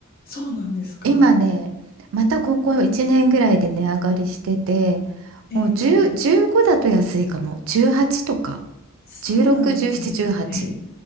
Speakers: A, on the left (about 40°); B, on the right (about 60°).
A: そうなんですか
B: 今ね、またここ1年ぐらいで値上がりしてて、
A: ええ
B: もう10、15だと安いかも。18とか。
A: そうなんですね。
B: 16、17、18。
A: え、